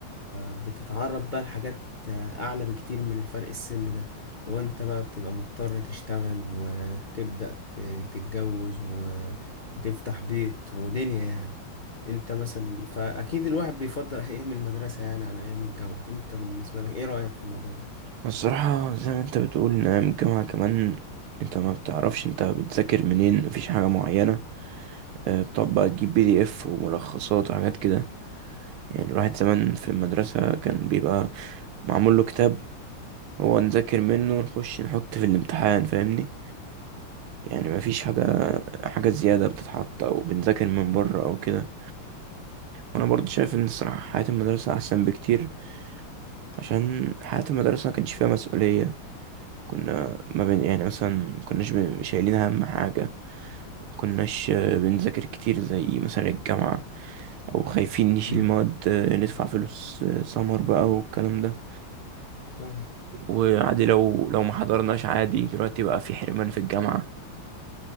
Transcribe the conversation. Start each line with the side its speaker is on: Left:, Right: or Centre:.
Left: بتتعرض بقى لحاجات اعلى بكتير من الفرق السن ده لو انت بقى بتبقى مضطر تشتغل وتبدأ ت- تتجوز و- وتفتح بيت ودنيا يعني انت مثلا فاكيد الواحد بيفضل ايام المدرسة يعني عن ايام الجامعة انت بالنسبة لك ايه رأيك في الموضوع ده
Right: الصراحة زي ما انت بتقول نعم الجامعة كمان انت ما بتعرفش انت بتذاكر منين مفيش حاجة معينة اه، بتقعد بقى تجيب بي دي اف وملخصات وحاجات كده يعني الواحد زمان في المدرسة كان بيبقى معمول له كتاب هو نذاكر منه ونخش نحط في الامتحان فاهمني يعني ما فيش حاجة حاجة زيادة بتتحط أو بنذاكر من بره أو كده وأنا برضو شايف إن الصراحة حياة المدرسة أحسن بكتير عشان حياة المدرسة ما كانش فيها مسؤولية كنا ما بين يعني مثلا ما كناش بن- شايلين هم حاجة ما كناش آه، بنذاكر كتير زي مثلا الجامعة أو خايفين نشيل
Left: امم
Right: مواد آه، ندفع فلوس آه، سمر بقى والكلام ده
Left: فاهم
Right: وعادي لو لو ما حضرناش عادي دلوقتي بقى في حرمان في الجامعة